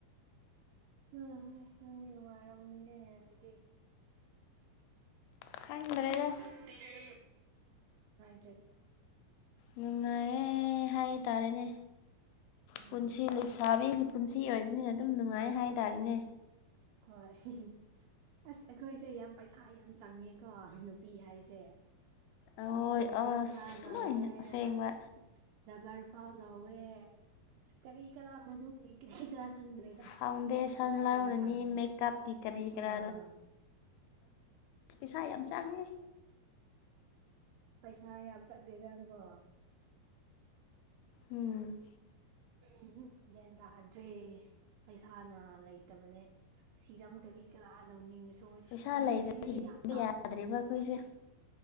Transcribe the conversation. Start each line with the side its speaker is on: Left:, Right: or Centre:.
Right: ꯎ ꯍꯣꯏ ꯅꯪꯗꯤ ꯅꯨꯡꯉꯥꯏꯔꯝꯅꯤꯅꯦ ꯑꯗꯨꯗꯤ
Left: ꯈꯪꯗ꯭ꯔꯦꯗ
Right: ꯑꯣ <unintelligible> ꯅꯨꯡꯉꯥꯢ
Left: ꯅꯨꯡꯉꯥꯏꯌꯦ ꯍꯥꯏꯇꯥꯔꯦꯅꯦ
Right: ꯎꯝ
Left: ꯄꯨꯟꯁꯤ ꯂꯩꯁꯥꯕꯤꯒꯤ ꯄꯨꯟꯁꯤ ꯑꯣꯏꯕꯅꯤꯅ ꯑꯗꯨꯝ ꯅꯨꯡꯉꯥꯏ ꯍꯥꯏꯇꯥꯥꯔꯦꯅꯦ
Right: ꯍꯣꯏ ꯑꯁ ꯑꯩꯈꯣꯏꯁꯦ ꯌꯥꯝ ꯄꯩꯁꯥ ꯌꯥꯝ ꯆꯪꯉꯦꯀꯣ ꯅꯨꯄꯤ ꯍꯥꯏꯁꯦ
Left: ꯑꯣꯏ
Right: ꯁꯥꯝꯄꯨ ꯒꯔꯤ
Left: ꯑꯁ
Right: ꯒ꯭ꯔꯥ ꯂꯧꯋꯦ
Left: ꯂꯣꯏꯅ ꯑꯁꯦꯡꯕ
Right: ꯑꯁ ꯔꯕ꯭ꯔ ꯐꯥꯎ ꯂꯧꯋꯦ ꯀꯔꯤ ꯀꯔꯥ ꯃꯅꯨꯡꯒꯤ ꯀꯔꯤ ꯀꯔꯥ ꯈꯪꯗ꯭ꯔꯦꯗ
Left: ꯐꯥꯎꯟꯗꯦꯁꯟ
Right: ꯄꯩꯁꯥ
Left: ꯂꯧꯔꯅꯤ
Right: ꯌꯥꯝ ꯆꯪꯉꯦ
Left: ꯃꯦꯀꯞꯀꯤ ꯀꯔꯤ ꯀꯔꯥ
Right: ꯑꯥ
Left: ꯑꯁ ꯄꯩꯁꯥ ꯌꯥꯝ ꯆꯪꯉꯦ
Right: ꯏꯁ ꯄꯩꯁꯥ ꯌꯥꯝ ꯆꯠꯂꯦꯗꯪ ꯒꯣ
Left: ꯎꯝ
Right: ꯎꯝꯍꯨꯝ ꯒ꯭ꯌꯥꯟ ꯇꯥꯗ꯭ꯔꯦ ꯄꯩꯁꯥꯅ ꯂꯩꯇꯕꯅꯦ ꯁꯤꯔꯝ ꯀꯔꯤ ꯀꯔꯥ ꯂꯧꯅꯤꯡꯉꯥ ꯇꯣ ꯁꯤꯑꯝ
Left: ꯄꯩꯁꯥ ꯂꯩꯗ꯭ꯔꯗꯤ
Right: ꯉꯁꯤꯗꯤ
Left: ꯍꯤꯡꯕ
Right: ꯌꯥꯝ ꯇꯥꯡ
Left: ꯌꯥꯗ꯭ꯔꯦꯕ ꯑꯩꯈꯣꯏꯁꯦ